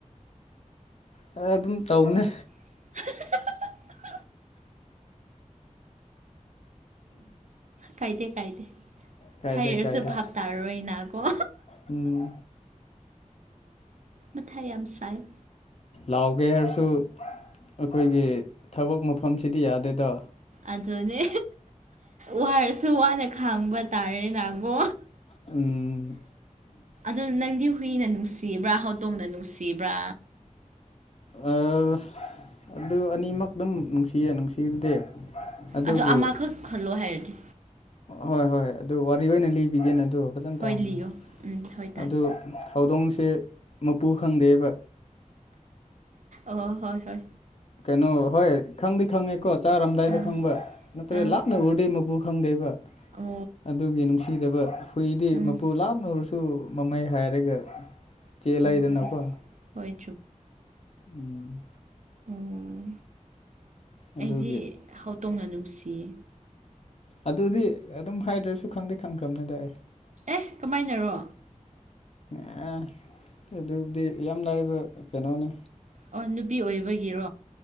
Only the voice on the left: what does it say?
ꯍꯦ ꯑꯗꯨꯝ ꯇꯧꯕꯅꯦ
ꯀꯥꯏꯗꯦ
ꯀꯥꯏꯗꯦ
ꯎꯝ
ꯂꯥꯎꯒꯦ ꯍꯥꯏꯔꯁꯨ ꯑꯩꯈꯣꯏꯒꯤ ꯊꯕꯛ ꯃꯐꯝꯁꯤꯗꯤ ꯌꯥꯗꯦꯗꯣ
ꯎꯝ
ꯑꯥꯁ ꯑꯗꯨ ꯑꯅꯤꯃꯛ ꯑꯗꯨꯝ ꯅꯨꯡꯁꯤꯌꯦ ꯅꯨꯡꯁꯤꯕꯗꯤ ꯑꯗꯨꯕꯨ
ꯍꯣꯏ ꯍꯣꯏ ꯑꯗꯨ ꯋꯥꯔꯤ ꯑꯣꯏꯅ ꯂꯤꯕꯤꯒꯦꯅꯦ ꯑꯗꯨ ꯐꯖꯅ
ꯇꯥꯎꯅꯦ
ꯑꯗꯨ ꯍꯧꯗꯣꯡꯁꯦ ꯃꯄꯨ ꯈꯪꯗꯦꯑꯦꯕ
ꯀꯩꯅꯣ ꯍꯣꯏ ꯈꯪꯗꯤ- ꯈꯪꯉꯦꯀꯣ ꯆꯥꯔꯝꯗꯥꯏꯗ
ꯈꯪꯕ ꯅꯠꯇꯔ
ꯂꯥꯞꯅ ꯎꯔꯗꯤ ꯃꯄꯨ ꯈꯪꯗꯦꯕ
ꯑꯗꯨꯒꯤ ꯅꯨꯡꯁꯤꯗꯕ ꯍꯨꯏꯗꯤ
ꯃꯄꯨ ꯂꯥꯞꯅ ꯎꯔꯁꯨ ꯁꯨ ꯃꯃꯩ ꯍꯥꯏꯔꯒ ꯆꯦꯜꯂꯛꯏꯗꯅꯀꯣ
ꯎꯪ
ꯑꯗꯨꯒꯤ
ꯑꯗꯨꯗꯤ ꯑꯗꯨꯝ ꯍꯥꯏꯗ꯭ꯔꯁꯨ ꯈꯪꯗꯤ ꯈꯪꯈ꯭ꯔꯕꯅꯤꯗ ꯑꯩ
ꯑꯦ ꯑꯗꯨꯕꯨꯗꯤ ꯌꯥꯝ ꯂꯥꯏꯕ ꯀꯩꯅꯣꯅꯦ